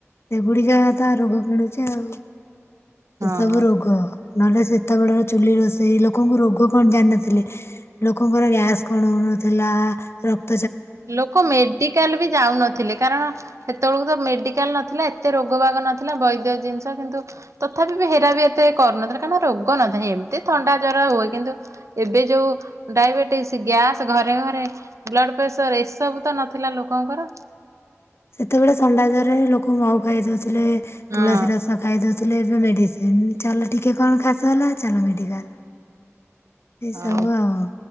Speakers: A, on the left; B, on the right.
A: ସେଗୁଡିକା ତ ରୋଗ କିଣୁଛି ଆଉ।
B: ହଁ।
A: ଏ ସବ ରୋଗୋଗ। ନହେଲେ ସେତେବେଳର ଚୁଲି ରୋଷେଇ ଲୋକଙ୍କୁ ରୋଗ କଣ ଜାଣିନଥିଲଥିଲେ ଲୋକଙ୍କର ଗ୍ୟାସ୍ କଣ ହେନଥିଲାକ୍ତ।
B: ଲୋକ ମେଡିକାଲ ବି ଯାଉନଥିଲେ। କାରଣ ସେତେବେଳକୁ ତ ମେଡ଼ିକାଲ ନଥିଲା ଏତେ ରୋଗ ବାଗ ନଥିଲା ବୈଦ୍ୟ ଜିନିଷ କିନ୍ତୁ ତଥାପି ବି ହେରା ବି ଏତେ କରୁନଥିଲା କାରଣ ରୋଗ ନଥାଏ ଏମିତି ଥଣ୍ଡା ଜ୍ର ହୁଏ କିନ୍ତୁ ଏବେ ଯେଉଁ ଡାଇବେଟିସ୍ ଗ୍ୟାସ୍ ଘରେ ଘରେ ବ୍ଲଡ଼ ପ୍ରସର ଏସବୁ ତ ନଥିଲା ଲୋକଙ୍କର।
A: ସେତେବେଳେ ଣ୍ଡାଜରେ ଲୋକ ମଉ ଖାଇ ଦନ୍ତି? ଥିଲେ
B: ହଁ
A: ତୁଳସୀ ରସ ଖାଇଉ। ଏବେ ମେଡିସିନ ଚାଲ ଟିକେ କଣ ଖାସ ହେଲା ଚାଲ ମେଡିକାଲ। ଏସବୁ
B: ହଉ।
A: ଆଉ।